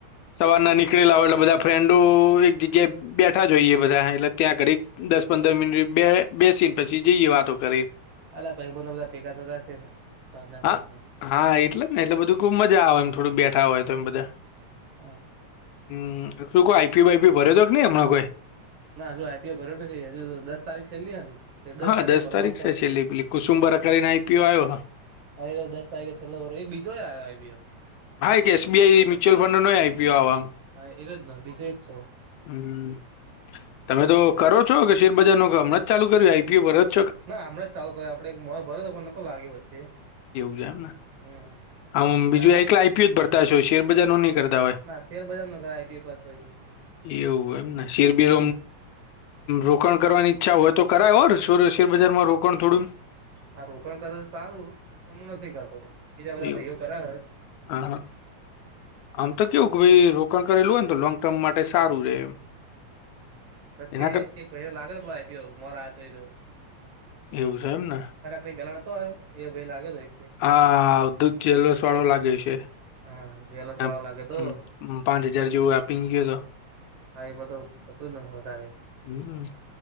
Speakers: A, on the left; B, on the right.
A: સવાર ના નીકળેલા હોય એટલે બધા ફ્રેન્ડો એક જગ્યાએ બેઠા જોઈએ બધા એટલે ત્યાં કરી દસ પંદર મિનિટ બે બેસીયે પછી જઈએ વાતો કરી
B: અલા ભાઈબંનધો બધા ભેગા થતા હશે ને સાંજ ના ટાઈમે
A: હા હા એટલે જ ને એટલે બધું ખુબ મજા આવે એમ થોડુ બેઠા હોય તો એમ બધા
B: <inaudible>
A: હમ્મ શું કોઈ આઈપીઓ બાઈપીઈ ભરેયો કે ની હમણાં કોઈ
B: ના હજુ આઈપીઓ ભરયો નઈ હજુ દસ તારીખ છેલ્લી હ ને તે
A: હા
B: તારીખે
A: દસ
B: ભરવાનું
A: તારીખ
B: તો
A: શે છેલ્લી પેલી કુસુમબરકાર ને આઈપીયો આવ્યો હ
B: અ દસ તારીખે છેલ્લો ભર્યો એક બીજો આયો આઈ પી ઓ
A: હા કે એસબીઆઈ મ્યુચુલ ફંડ નો આઈ પી ઓ આવા
B: હા એરોજ ન બીજું એક છે
A: હમ્મ તમે તો કરો છો કે શેર બજાર નુ કામ કે હમણાં ચાલુ કર્યું આઈપીઓ પરત
B: ના હમણાં જ ચાલુ કરયુ આપડે એક ભર્યો તો પણ નથી લાગયો વચ્ચે
A: એમ ને
B: હમ
A: હમ્મ બીજું
B: એલા
A: આઈપીઓ જ ભરતા છો શેર બજાર નું ની કરતા હોય
B: ના શેર બજાર નો કરાય આઈપીઓ ક્લાસ પછી
A: એવું એમને શેરબીર
B: હમ
A: રોકાણ કરવાની ઈચ્છા હોય તો કરાય હો શેરબજારમાં રોકાણ થોડું
B: આ રોકાણ કરે છે સારું પણ હું નથી કરતો બીજા બધા
A: એવું
B: ભયો કરવે
A: હા આમ તો કેવું કે ભાઈ રોકાણ કરેલું હોય ને તો લોંગ ટર્મ માટે સારું રે એમ
B: વચ્ચે
A: એના કર
B: એક ભાઈને લાગેલો મારા હાથે હો
A: એવું છે એમને
B: ની પેલા નતો આવ્યો એ ભાઈ લાગે તો એક ભાઈ.
A: હા આવતું જેલસ વાળો લાગે છે.
B: હા એલા સોળ
A: આમ
B: લાગે તું
A: હમ પાંચ હજાર જેવું આપીંગ ગયલો
B: હા એમાં તોતું જ ને વધારે
A: હમ